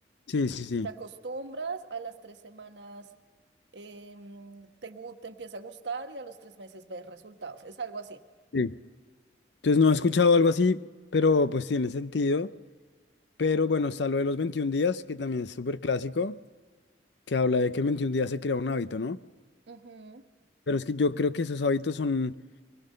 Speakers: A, on the left (about 70°); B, on the right (about 70°).
A: Sí, sí, sí.
B: Te acostumbras, a las tres semanas em, te, gu- te empieza a gustar y a los tres meses ves resultados. Es algo así.
A: Sí. Entonces no he escuchado algo así, pero pues tiene sentido. Pero bueno, está lo de los 21 días, que también es súper clásico, que habla de que en 21 días se crea un hábito, ¿no?
B: Ujú,
A: Pero es que yo creo que esos hábitos son